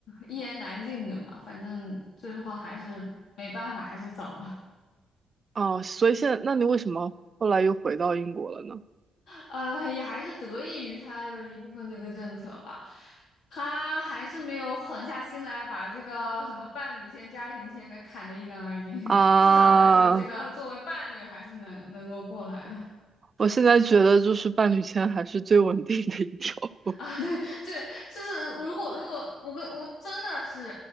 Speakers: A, on the left (about 70°); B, on the right (about 35°).
A: 一言难尽的嘛。反正最后还是没办法，还是走了。
B: 哦，所以现在，那你为什么后来又回到英国了呢？
A: 呃，也还是得益于他的一部分这个政策吧，他还是没有狠下心来把这个什么伴侣签、家庭签给砍得一干二净。
B: 啊，
A: <laughs> 至少来说，这个作为伴侣还是能能够过来的。
B: 我现在觉得就是伴侣签还是最稳定的一条路。
A: 啊对对，就是如果如果我跟我真的是